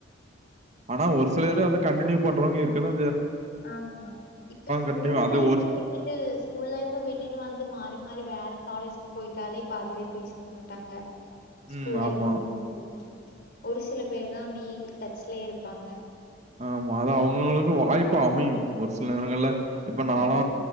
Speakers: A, on the right (about 40°); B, on the left (about 60°).
A: ஆனா ஒரு சிலரூ அத கண்டினியூ பண்றவங்க இருக்கதா
B: ஆமா இப்ப ஸ்கூல்
A: கன்டின்யூ அது
B: லைஃப்
A: ஒரு
B: விட்டுட்டு ஸ்கூல் லைஃப் விட்டுட்டு வந்து மாறி மாறி வேற காலேஜுக்கு போயிட்டாலே பாதி வேர் பேசிக்க மாட்டாங்க ஸ்கூல்
A: ம்.
B: லைஃப்
A: ஆமா.
B: ஓட முடிஞ்சுரு ஒரு சில பேருதா அப்டி டச்லயே இருப்பாங்க
A: ஆமா அது அவங்கவுங்களுக்கு வாய்ப்பு அமையு ஒரு சில நேரங்கள்ல இப்ப
B: ஆமா.
A: நாலா